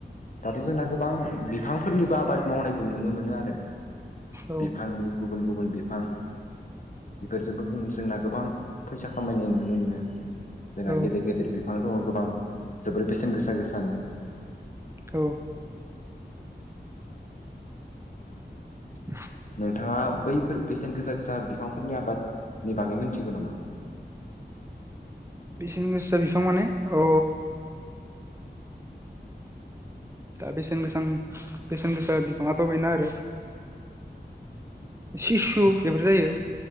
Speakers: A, on the left; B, on the right.
A: दाथ जोंना गोबां बिफांफोरनिबो आबाद मावनायखौ नुनो मोनो आरो
B: औ
A: बिफांनि गुबुन गुबुन बिफां बेफोरजोंबो जोंना गोबां फैसा खामायनाय नुनो मोनो जोंना
B: औ
A: गेदेर गेदेर बिफां दङ गोबां जोबोर बेसेन गोसा गोसानि
B: औ <inaudible>
A: नोंथाङा बैफोर बेसेन गोसा गोसा बिफांफोरनि आबादनि बागै मोनथिगौ नामा
B: बेसेन गोसा बिफां माने अ
A: <inaudible>
B: दा बेसेन गोसा बेसेन गोसा बिफाङाथ बेना आरो सिसु बेफोर जायो